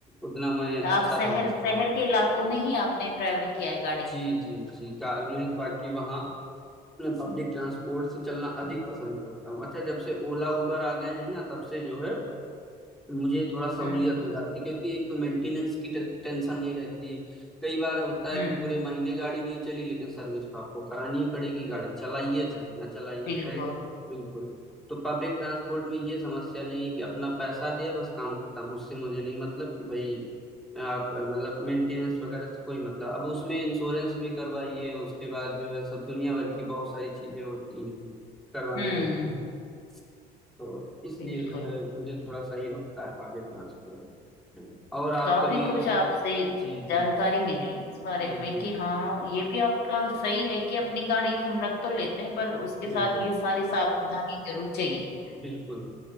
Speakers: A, in the centre; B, on the left (about 75°).
A: उतना मैं
B: तो आप
A: अच्छा
B: शहर
A: समझता
B: शहर
A: हूँ
B: के इलाकों में ही आपने ट्रेवल किया है गाड़ी
A: जी जी जी कार में बाकी वहाँ मैं पब्लिक ट्रांसपोर्ट से चलना अधिक पसंद करता हूँ अच्छा जब से ओला उबर आ गए हैं ना तब से जो है मुझे थोड़ा सहूलियत
B: हम्म
A: हो जाती क्योंकि एक तो मेंटेनेंस की टे- टेंशन नहीं रहती कई बार होता
B: हम्म
A: है कि पूरे महीने गाड़ी नहीं चली लेकिन सर्विस तो आपको करानी ही पड़ेगी गाड़ी चलाइए चाहे ना चलाइए
B: बिल्कुल
A: खरी बिल्कुल तो पब्लिक ट्रांसपोर्ट में ये समस्या नहीं है कि अपना पैसा दिया बस काम खत्म उससे मुझे नहीं मतलब कि भाई आप अ, मतलब मेंटेनेंस वगैरह से कोई मतलब अब उसमें इंश्योरेंस भी करवाइए उसके बाद जो है सब दुनिया भर की बहुत सारी चीजें होती हैं करवानी
B: हम्म
A: रहती हैं तो इसलिए
B: बिल्कुल
A: जो है मुझे थोड़ा सही लगता है पब्लिक ट्रांसपोर्ट और आप
B: काफी
A: कभी
B: कुछ आपसे
A: जी जी
B: जानकारी मिली इस बारे
A: जी
B: में
A: जी
B: कि हाँ ये भी आपका सही है कि अपनी गाड़ी हम रख तो लेते हैं पर उसके
A: बिल्कुल
B: साथ ये सारी सावधानी जरूर चाहिए
A: बिल्कुल